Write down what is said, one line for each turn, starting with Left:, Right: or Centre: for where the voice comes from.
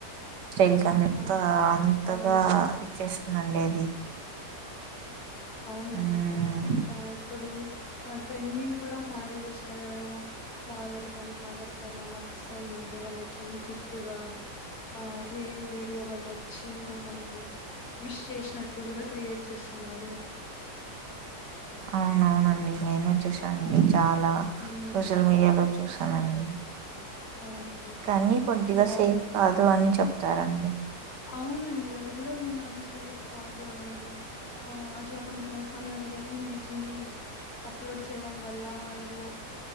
Right: స్టైల్ గా అంత
Left: అవు
Right: అంతగా
Left: అవునండి
Right: ఇచ్చేస్త హు అండేది
Left: అవునండి
Right: ఉమ్
Left: ఆ ఇప్పుడు ఆ ట్రెండింగ్ కూడా మ్యారేజెస్ లో ఎవరైనా ఫాదర్ కానీ మదర్ కానీ అలా మిస్ అయి ఉంటే వాళ్ళకి గిఫ్ట్ గా ఆ ఏ వీడియో వాళ్ళు వచ్చి మనమల్ళని విష్ చేసినట్టు కూడా క్రియేట్ చేస్తున్నారు
Right: అవునవునండి నేనే వచ్చేసాను అండి చాలా
Left: ఉమ్
Right: సోషల్ మీడియా లో చూసానండి
Left: అవునండి
Right: కానీ కొద్దిగా
Left: నాకి బాగా
Right: సేఫ్ కాదు అని చెప్ప ఇస్తారండి
Left: అవునండి అది కూడా విన్నాను సేఫ్ కాదు అనేది ఆ అట్లా మనము మన రియల్ ఇమేజ్ ని అప్లోడ్ చేయడం వల్ల ఏదో